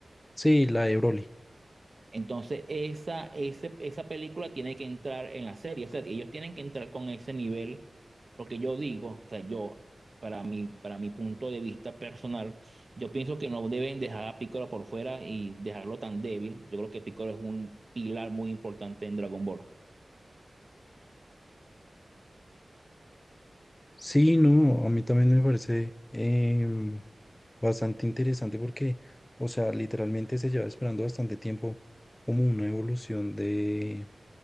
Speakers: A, on the left; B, on the right.
A: Sí, la de Broly.
B: Entonces, esa, ese- esa película tiene que entrar en la serie. O sea, ellos tienen que entrar con ese nivel, porque yo digo, o sea, yo, para mi, para mi punto de vista personal, yo pienso que no deben dejar a Piccolo por fuera y dejarlo tan débil. Yo creo que Piccolo es un pilar muy importante en Dragon Ball.
A: Sí, no, a mí también me parece em, bastante interesante porque, o sea, literalmente se lleva esperando bastante tiempo como una evolución de,